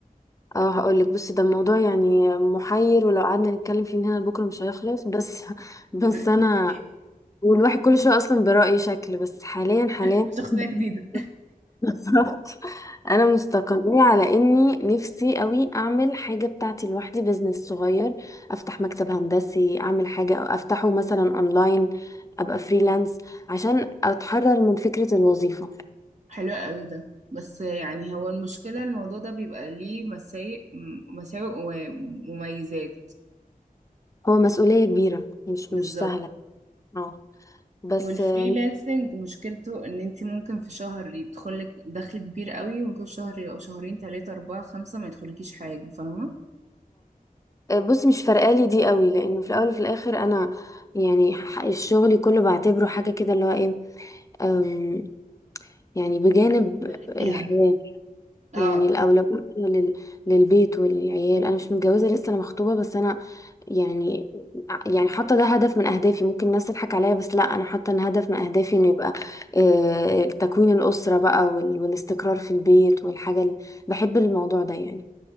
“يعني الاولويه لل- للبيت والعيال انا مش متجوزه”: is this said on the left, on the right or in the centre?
Left